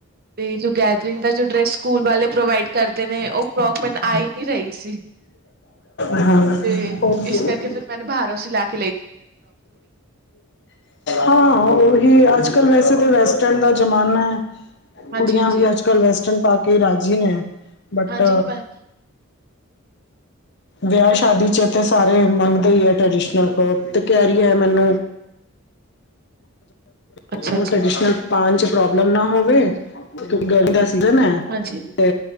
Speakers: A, on the right; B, on the left.
A: ਤੇ ਜੋ ਗੈਦਰਿੰਗ ਦਾ ਜੋ ਡਰੈਸ ਸਕੂਲ ਵਾਲੇ ਪ੍ਰੋਵਾਈਡ ਕਰਦੇ ਨੇ ਉਹ ਫਰੋਕ ਮੈੰਨੂੰ ਆਈ ਨੀ ਰਹੀ ਸੀ।
B: ਹਾਂ।
A: ਤੇ
B: ਉਹ
A: ਇਸ ਕਰਕੇ ਫੇਰ ਮੈਨੂੰ ਬਾਹਰੋਂ ਸਿਲਾਣੀ।
B: ਹਾਂ ਉਹੀ ਅੱਜ-ਕੱਲ ਵੈਸੇ ਤੇ ਵੈਸੇ। ਜਿਦਾਂ ਦਾ ਜ਼ਮਾਨਾ ਹੈ
A: ਹਾਂਜੀ-ਹਾਂਜੀ,
B: ਕੁੜੀਆਂ ਵੀ ਅੱਜ-ਕੱਲ ਵੈਸਟਰਨ ਪਾ ਕੇ ਰਾਜੀ ਨੇ। ਬਟ।
A: ਹਾਂਜੀ
B: ਵਿਆਹ ਸ਼ਾਦੀ 'ਚ ਸਾਰੇ ਮੰਗਦੇ ਹੀ ਆ ਟ੍ਰਡੀਸ਼ਨਲ ਕਲੋਥ ਤੇ ਕਹਿ ਰਹੀ ਹੈ ਮੈਨੂੰ।
A: ਅੱਛਾ-ਅੱਛਾ,
B: ਉਹ ਟ੍ਰਡੀਸ਼ਨਲ ਪਾਉਣ 'ਚ ਪ੍ਰੋਬਲਮ ਨਾ ਹੋਵੇ ਕਿਉਂਕਿ ਅੱਜ। ਹੈ
A: ਹਾਂਜੀ,
B: ਤੇ